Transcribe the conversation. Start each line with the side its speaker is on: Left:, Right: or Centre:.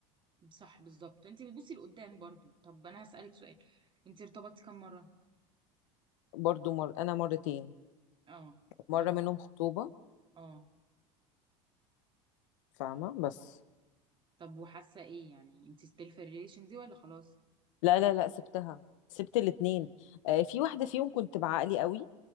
Right: صح بالظبط انتي بتبصي لقدام برضو طب انا هسألك سؤال انتي ارتبطتي كم مرة
Left: برضو مر... انا مرتين
Right: اه
Left: مرة
Right: طب
Left: منهم خطوبة
Right: اه
Left: فاهمة بس
Right: طب وحاسة ايه يعني انتي ستيل في الريليشن دي ولا خلاص
Left: لا لا لا سبتها سبت الاتنين آه، في واحدة فيهم كنت بعقلي قوي